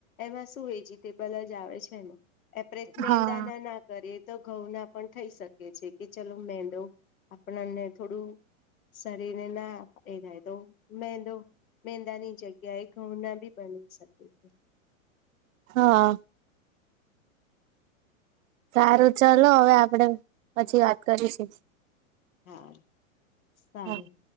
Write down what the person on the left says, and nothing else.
એમા શું વેજીિટેબલ જ આવે છે ને એપરેજ મેંદાના
ના કરે તો ઘઉં ના પણ થઈ શકે. છે કે ચાલો મેંદો આપણા ને થોડું. રીનેના એ થાય. તો મેંદો મેંદાની જગ્યાએ ઘઉંના બી બની શકે છે.
હા સારૂ.